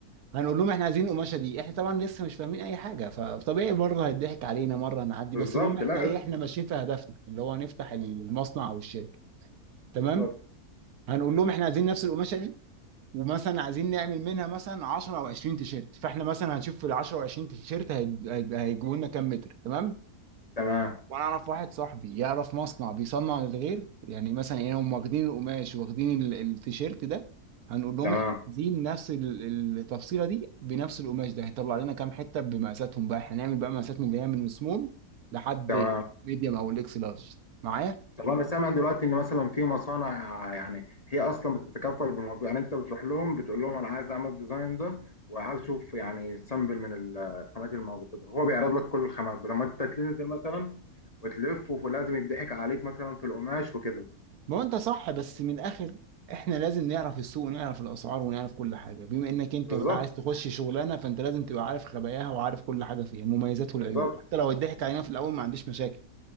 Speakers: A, on the right (about 80°); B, on the left (about 30°).
A: هنقول لهم احنا عايزين القماشه دي احنا طبعا لسه مش فاهمين اي حاجه فطبيعي مره هيضحك علينا مره هنعدي
B: بالظبط
A: بس المهم احنا
B: لازم
A: ايه احنا ماشيين في هدفنا اللي هو نفتح المصنع او الشركه تمام
B: بالظبط
A: هنقول لهم احنا عايزين نفس القماشه دي ومثلا عايزين نعمل منها مثلا 10 او 20 تيشيرت فاحنا مثلا هنشوف في ال 10 او 20 تيشيرت هيج- هيج- هيجيبوا لنا كام متر تمام
B: تمام
A: وانا اعرف واحد صاحبي يعرف مصنع بيصنع للغير يعني مثلا ايه هم واخدين القماش واخدين ال- التيشيرت ده هنقول لهم
B: تمام
A: احنا عايزين نفس ال- التفصيله دي بنفس القماش ده هيطلع لنا كام حته بمقاساتهم بقى هنعمل بقى مقاسات من اللي هي من السمول لحد
B: تمام
A: ميديوم او الاكس لارج معايا
B: طب انا سامع دلوقتي ان مثلا في مصانع يعني هي اصلا بتتكفل بالموضوع يعني انت بتروح لهم بتقول لهم انا عايز اعمل ديزاين ده وعايز اشوف يعني سامبل من ال- الخامات الموجوده هو بيعرض لك كل الخامات بدل ما انت تنزل مثلا وتلف ولازم يضحك عليك مثلا في القماش وكده
A: ما هو انت صح بس من الاخر احنا لازم نعرف السوق ونعرف الاسعار ونعرف كل حاجه بما انك انت
B: بالظبط
A: بقى عايز تخش شغلانه فانت لازم تبقى عارف خباياها وعارف كل حاجه فيها مميزات والعيوب
B: بالظبط
A: حتى لو اتضحك علينا في الاول ما عنديش مشاكل